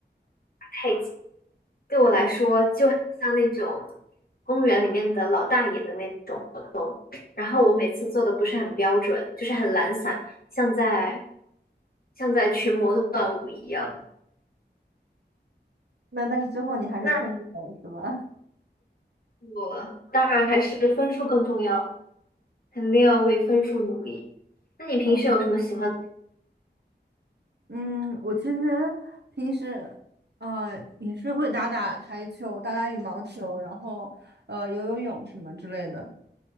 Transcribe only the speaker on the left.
太极对我来说就很像那种
公园里面的老大爷的那种活动然后我每次做的不是很标准，就是很懒散，像在像在群魔乱舞一样。
那
我当然还是分数更重要，肯定要为分数努力。那你平时有什么喜欢？